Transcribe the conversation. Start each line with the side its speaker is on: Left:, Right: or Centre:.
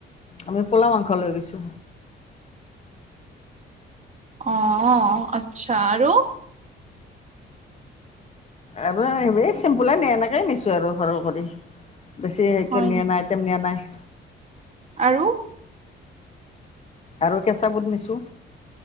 Left: আমি পোলাও মাংস লৈ গৈছো।
Right: অঁ। অ', আতচা। আৰু?
Left: আৰু এইবেই চিম্পুলে এনেকেই নিছো আৰু সৰল কৰি। বেছি হেৰিকে
Right: হয়
Left: নিয়া
Right: নেকি?
Left: নাই, আইটেম নিয়া নাই।
Right: আৰু?
Left: আৰু কেঁচা বুট নিছোঁ।